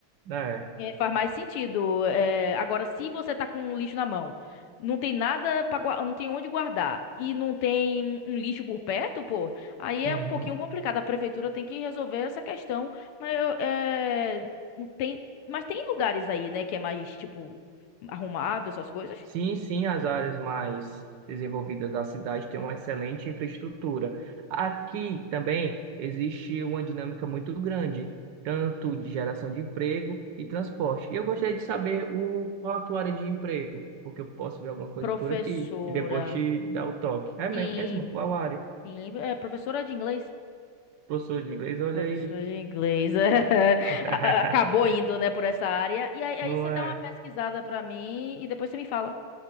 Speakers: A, on the right; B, on the left.
A: é.
B: É, faz mais sentido. É, agora, se você tá com um lixo na mão, não tem nada para não tem onde guardar e não tem um um lixo por perto, pô, aí
A: Uhum.
B: é um pouquinho complicado. A prefeitura tem que resolver essa questão, mas eu, é, não tem, mas tem lugares aí, né, que é mais tipo arrumado, essas coisas.
A: Sim, sim, as áreas mais desenvolvidas da cidade têm uma excelente infraestrutura. Aqui também existe uma dinâmica muito grande, tanto de geração de emprego e transporte. E eu gostaria de saber o, qual a tua área de emprego, porque eu posso ver alguma coisa
B: Professora,
A: por aqui e depois te dar o toque. É mesmo?
B: sim,
A: Qual área?
B: sim, é professora de inglês.
A: Professor de inglês, olha
B: Professora
A: aí.
B: de inglês. <laughs> é.
A: <laughs>
B: A- a- Acabou indo, né, por essa área. E aí, aí
A: Não
B: você
A: é?
B: dá uma pesquisada pra mim e depois você me fala.